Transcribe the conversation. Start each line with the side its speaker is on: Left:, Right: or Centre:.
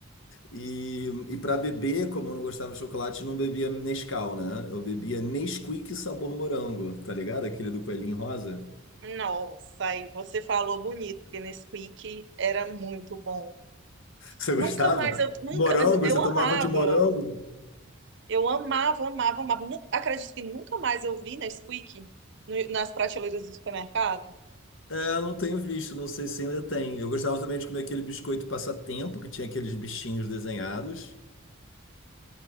Left: E, e para beber, como eu não gostava de chocolate, eu não bebia Nescau, né? Eu bebia Nesquik sabor morango, tá ligado? Aquele do coelhinho rosa.
Right: Nossa, aí você falou bonito, porque Nesquik era muito bom.
Left: <laughs> Você gostava?
Right: Nunca mais eu nunca
Left: Morango?
Right: eu
Left: Você
Right: amava.
Left: tomava de morango?
Right: Eu amava, amava, amava. Nu- Acredito que nunca mais eu vi Nesquik no, nas prateleiras do supermercado.
Left: É, não tenho visto, não sei se ainda tem. Eu gostava também de comer aquele biscoito passatempo, que tinha aqueles bichinhos desenhados.